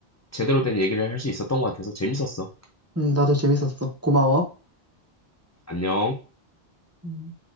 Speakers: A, on the left; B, on the right.
A: 제대로 된 얘기를 할 수 있었던 것 같아서 재밌었어.
B: 음, 나도 재밌었어. 고마워.
A: 안녕.
B: 음.